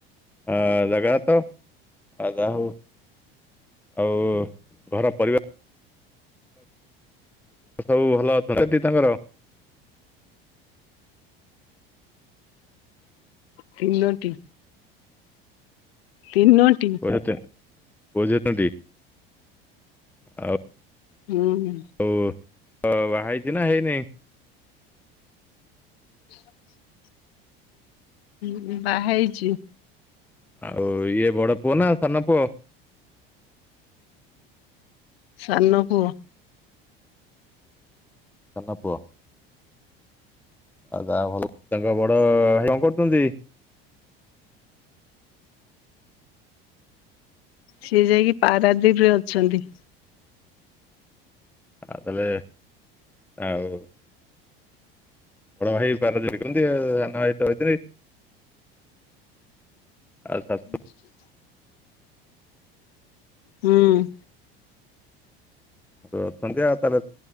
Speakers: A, in the centre; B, on the left.
A: ହଁ ଜାଗା ତ ଆ ଯାହାହୋଉ ଆଉ ଘର ପରିବା ସବୁ ଭଲ ଅଛନ୍ତି ସେଠି ତାଙ୍କର?
B: ତିନୋଟି ତିନୋଟି।
A: ପୁଅ ଝିଅ ତିନ ପୁଅ ଝିଅ ଟି ଆଉ
B: ହୁଁ
A: ତୁ ବାହାହେଇଛୁ ନା ହେଇନି
B: ଆଛା ହଁ ବାହାହେଇଛି
A: ଆଉ ଇଏ ବଡ଼ ପୁଅ ନା ସାନ ପୁଅ
B: ସାନ ପୁଅ
A: ସାନ ପୁଅ ଆଉ ଭଲ ତାଙ୍କ ବଡ଼ କଣ କରୁଛନ୍ତି
B: ସିଏ ଯାଇକି ପାରାଦୀପିରେ ଅଛନ୍ତି
A: ଆଉ ତାହେଲେ ଆଉ ବଡ଼ ଭାଇ ପାରାଦୀପିରେ କରନ୍ତି ଆଉ ସାନ ଭାଇ ଆସୁ
B: ଛଛ ହୁଁ
A: ଅଛନ୍ତି ଆଉ ତାହେଲେ